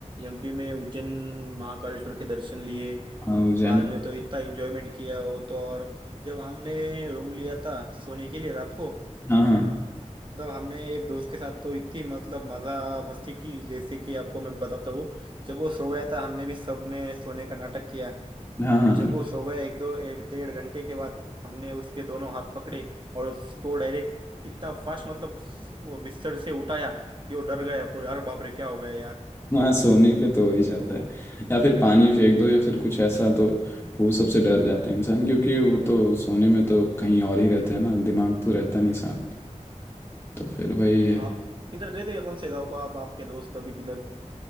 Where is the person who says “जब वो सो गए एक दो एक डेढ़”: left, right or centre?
Right